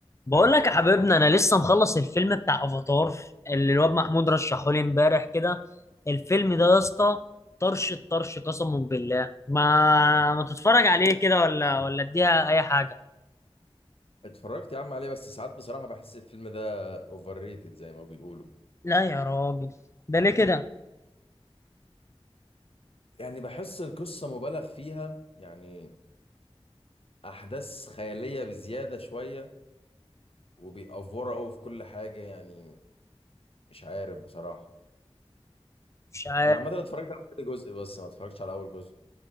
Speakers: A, on the left; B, on the left.
A: بقول لك يا حبيبنا انا لسه مخلص الفيلم بتاع افاتار اللي الواد محمود رشحه لي امبارح كده الفيلم ده يا اسطى طرش الطرش قسما بالله ما ما تتفرج عليه كده ولا ولا اديها اي حاجه
B: اتفرجت يا عم عليه بس ساعات بصراحة بحس الفيلم ده اوفر ريتد زي ما بيقولوا
A: لا يا راجل ده ليه كده
B: يعني بحس القصة مبالغ فيها يعني أحداث خيالية بزيادة شوية وبيأفوروا قوي في كل حاجة يعني مش عارف بصراحة
A: مش عارف
B: أنا عامة اتفرجت على كل جزء بس ما اتفرجتش على أول جزء